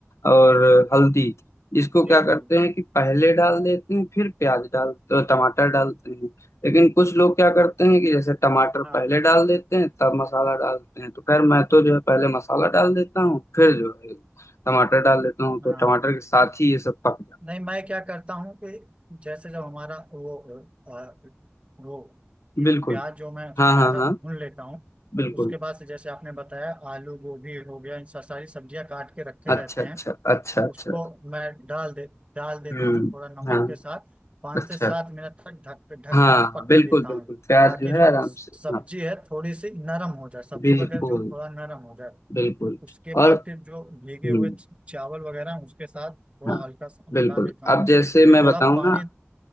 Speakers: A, on the left; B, on the right.
A: और हल्दी इसको क्या
B: जी
A: करते
B: जी
A: हैं कि पहले डाल देते हैं फिर प्याज डाल तो टमाटर डालते हैं लेकिन कुछ लोग क्या करते हैं कि जैसे टमाटर
B: हाँ
A: पहले डाल देते हैं तब मसाला डालते हैं तो खैर मैं तो जो है पहले मसाला डाल देता हूँ फिर जो है टमाटर डाल देता हूँ तो
B: हाँ
A: टमाटर के साथ ही ये सब पक जाता
B: नहीं मैं क्या करता हूँ कि जैसे जब हमारा वो अ, वो प्याज
A: बिल्कुल
B: जो मैं सुनहरा
A: हाँ हाँ हाँ
B: भून लेता हूँ
A: बिल्कुल
B: तो उसके बाद से जैसे आपने बताया आलू गोभी हो गया इन सा- सारी सब्जियां काट के रखे
A: अच्छा
B: रहते
A: अच्छा
B: हैं
A: अच्छा अच्छा
B: उसको मैं डाल दे डाल देता
A: हम्म
B: हूँ थोड़ा नमक
A: हाँ
B: के साथ पाँच
A: अच्छा
B: से सात मिनट तक ढक ढक
A: हाँ
B: कर
A: हाँ,
B: पकने
A: बिल्कुल
B: देता
A: बिल्कुल
B: हूँ
A: प्याज
B: ताकि
A: जो है
B: जो
A: आराम
B: स-
A: से
B: सब्जी
A: हाँ
B: है थोड़ी सी नरम हो जाए सब्जी
A: बिल्कुल
B: वगैरह जो है, थोड़ा नरम हो जाए
A: बिल्कुल
B: उसके बाद
A: और
B: फिर जो
A: हम्म
B: भीगे हुए च- चावल वगैरह हैं, उसके साथ थोड़ा
A: हाँ
B: हल्का सा मिला
A: बिल्कुल
B: देता हूँ
A: अब जैसे
B: फिर
A: मैं
B: थोड़ा
A: बताऊँ
B: पानी
A: ना